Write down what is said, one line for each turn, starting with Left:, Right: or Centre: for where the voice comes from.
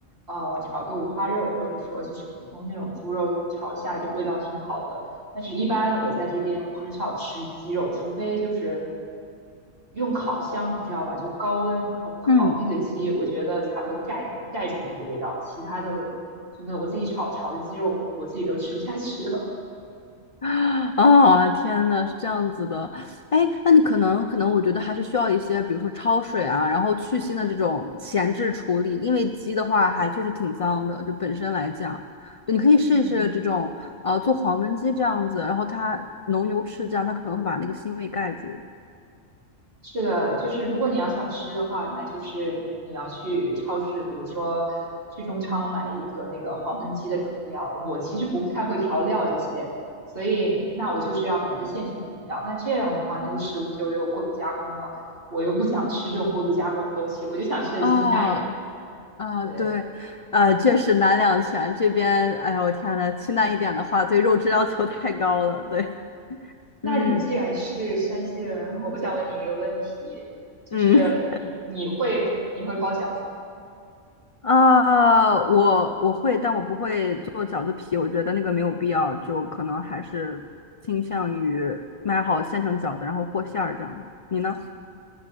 Right: 呃炒个五花肉，或者说就是普通那种猪肉炒一下，就味道挺好的。但是，一般我在这边我很少吃鸡肉，除非就是用烤箱，你知道吧？就高温然后烤那个鸡，
Left: 嗯，
Right: 我觉得才会盖盖住那个味道，其他的真的我自己炒炒的鸡肉我自己都吃不下去了。
Left: <gasps> 啊天呐，是这样子的，哎，那你可能可能，我觉得还是需要一些，比如说焯水啊，然后去腥的这种前置处理，因为鸡的话还确实挺脏的，就本身来讲，对，你可以试一试这种，
Right: 嗯
Left: 呃，做黄焖鸡这样子，然后它浓油赤酱，它可能会把那个腥味盖住。
Right: 是的，就是如果你要想吃的话，那就是你要去超市，比如说去中超买一个那个黄焖鸡的底料。我其实不太会调料这些，所以那我就是要买一个现成的底料。那这样的话，那个食物就又过度加工了。我又不想吃这种过度加工的东西，我就想吃的清淡一点。
Left: 哦，啊，
Right: 对，
Left: 对，呃，确实难两全，这边，哎呦，我天呐，清淡一点的话，对肉质要求太高了，对，
Right: 那你既然是山西人，
Left: 嗯
Right: 我想问你一个问题，就是你你会你会包饺子吗？
Left: 嗯。啊，我我会，但我不会做饺子皮，我觉得那个没有必要，就可能还是倾向于买好现成饺子，然后和馅儿这样。你呢？